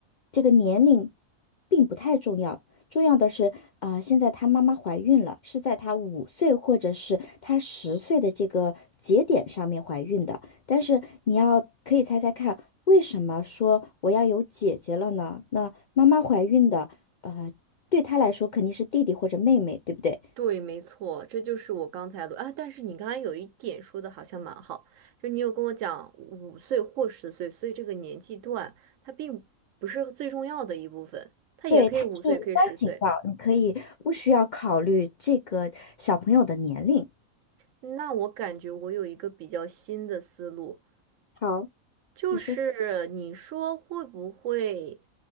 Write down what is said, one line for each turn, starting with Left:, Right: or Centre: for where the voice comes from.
Left: 这个年龄并不太重要，重要的是啊，现在他妈妈怀孕了，是在他五岁或者是他十岁的这个节点上面怀孕的，但是你要可以猜猜看，为什么说我要有姐姐了呢？那？妈妈怀孕的，呃，对她来说肯定是弟弟或者妹妹，对不对？
Right: 对，没错，这就是我刚才录啊。但是你刚才有一点说的好像蛮好，就是你有跟我讲五岁或十岁，所以这个年纪段它并不是最重要的一部分，它也可以五岁，
Left: 对，她是无关紧要，
Right: 也可以十岁。
Left: 你可以不需要考虑这个小朋友的年龄。
Right: 那我感觉我有一个比较新的思路，
Left: 好，
Right: 就是你说会不会，
Left: 你说，